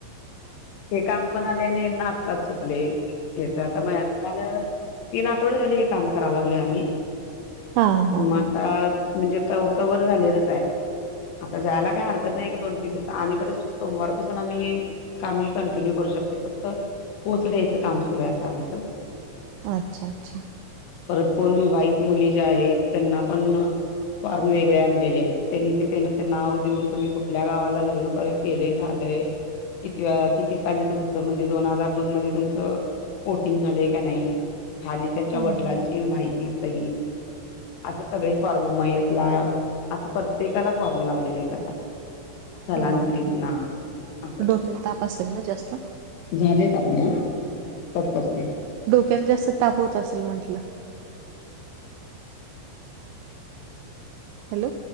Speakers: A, on the left (about 75°); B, on the right (about 85°).
A: हे काम पण आले नाही ना आताच सुचले, हेच आता माहि झालं. तीन आठवडे झाले हे काम करा लागलो आम्ही.
B: हा हा
A: म आता
B: हा
A: म्हणजे क-कवर झालेलंच आहे. आता जायला काय हरकत नाही एक दोन तीन दिवस आणि परत सोमवारपासून आम्ही कामही कंटिन्यू करू शकते फक्त पोच द्यायचं काम सुरू आहे आता आमचं.
B: अच्छा! अच्छा!
A: परत कोण विवाहित मुली ज्या आहेत त्यांना पण फॉर्म वेगळे आणलेले आहेत त्यांनी ते त्यांचे नाव देऊन तुम्ही कुठल्या गावाला लग् अक <unintelligible> केले झालय. कितवा किती साली तुमचं म्हणजे दोन हजार दोन मध्ये तुमचं वोटिंग झाले का नाही खाली त्यांच्या
B: हम्म
A: वडिलांची
B: हम्म
A: माहिती, सही असे सगळे फॉर्म मयतला असं प्रत्येकाला फॉर्म लावलेले आहेत आता. स्थलांतरित
B: हा हा,
A: ना असं
B: डोक्याला ताप असेल ना जास्त?
A: झालेत आपले हा, कट करते.
B: डोक्याला जास्त ताप होत असेल म्हंटलं. हॅलो!